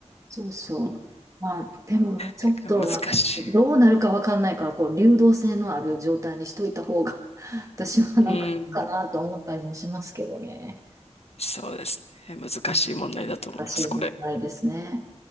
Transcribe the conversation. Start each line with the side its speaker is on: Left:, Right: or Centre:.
Right: そうそう。まあ、でも、ちょっと、
Left: だから難し
Right: まあ、どうなるかわかんないから、こう、流動性のある状態にしといた方が、<laughs> 私はなんかいいかなと思ったりもしますけどね。
Left: い。うん。そうですね。難しい問題だと思います、
Right: 難しい問題ですね。
Left: これ。